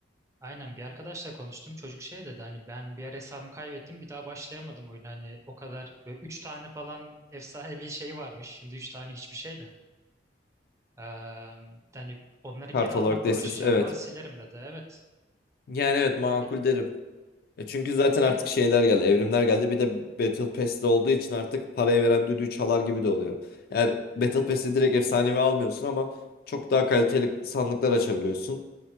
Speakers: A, on the right; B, on the left.
A: Aynen bir arkadaşla konuştum. Çocuk şey dedi hani ben bir ara hesabımı kaybettim bir daha başlayamadım oyuna. Hani o kadar böyle 3 tane falan efsanevi şey varmış. Şimdi 3 tane hiçbir şey de. Ee, hani onları
B: Kart
A: geri almakla
B: olarak destesi
A: uğraşacağım
B: evet.
A: ama silerim dedi. Evet.
B: Yani evet makul
A: Be-
B: derim. E çünkü zaten
A: Yani
B: artık şeyler geldi, evrimler geldi. Bir de Battle Pass'te olduğu için artık parayı veren düdüğü çalar gibi de oluyor. Yani Battle Pass'te direkt efsanevi almıyorsun ama çok daha kaliteli sandıklar açabiliyorsun.